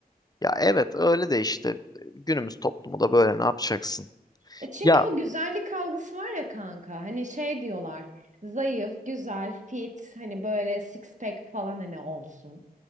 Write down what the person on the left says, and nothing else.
Ya evet öyle de işte günümüz toplumu da böyle ne yapacaksın?
Ya